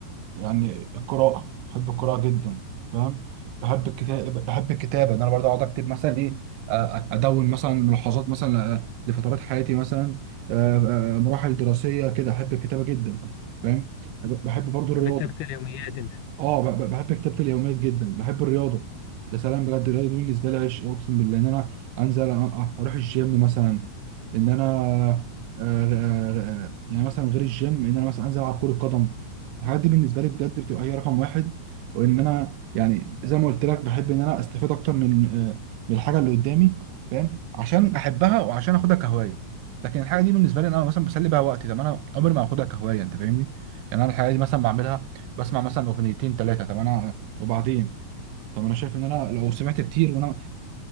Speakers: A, on the right; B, on the left.
A: يعني القراءه بحب القراءه جدا فاهم بحب الكتاب بحب الكتابه ان انا برضو اقعد اكتب مثلا ايه آه، ادون مثلا ملاحظات مثلا آه، لفترات حياتي مثلا آه، آه، مراحل دراسيه كده احب الكتابه جدا فاهم بحب برضو الرياضه
B: بتكتب اليوميات انت
A: اه ب- ب- بحب كتابة اليوميات جدا بحب الرياضة يا سلام بجد الرياضة دي بالنسبة لي عشق اقسم بالله ان انا انزل أ- أ- اروح الجيم مثلا ان انا آه، آه، آه، يعني مثلا غير الجيم ان انا مثلا انزل العب كرة قدم الحاجات دي بالنسبة لي بجد بتبقى هي رقم واحد وان انا يعني زي ما قلت لك بحب ان انا استفيد اكتر من آه، من الحاجة اللي قدامي فاهم عشان احبها وعشان اخدها كهواية لكن الحاجة دي بالنسبة لي إن انا مثلا بسلي بيها وقتي طب انا عمري ما هاخدها كهواية انت فاهمني يعني انا الحاجة دي مثلا بعملها بسمع مثلا اغنيتين ثلاثه طب انا وبعدين طب انا شايف ان انا لو سمعت كتير وانا